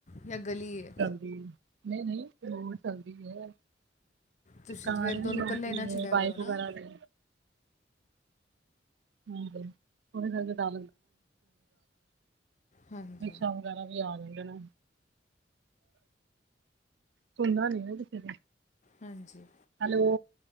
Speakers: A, on the left (about 45°); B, on the right (about 70°).
A: ਜਾਂ ਗਲੀ ਆ?
B: ਚੱਲਦੀ ਨਈ ਨਈ ਰੋਡ ਚੱਲਦੀ ਪਈ ਆ
A: ਤੁਸੀਂ
B: ਕਾਰ
A: ਫਿਰ ਤੁਹਾਨੂੰ
B: ਵੀ
A: ਇਕੱਲੇ
B: ਆਂਦੀ
A: ਨਾ ਛੱਡਿਆ
B: ਆ, ਬਾਈਕ
A: ਕਰੋ ਨਾ
B: ਵਗੈਰਾ ਵੀ ਹਾਂਜੀ ਓ ਮੈਨੂੰ ਜਿਆਦਾ
A: ਹਾਂਜੀ
B: ਹਮੇਸ਼ਾ ਓ ਗਾਨਾ ਵੀ ਆ ਜਾਂਦੇ ਨੇ ਸੁਣਦਾ ਨੀ ਐ ਕਿਸੇ ਦੀ।
A: ਹਾਂਜੀ।
B: ਹੈਲੋ!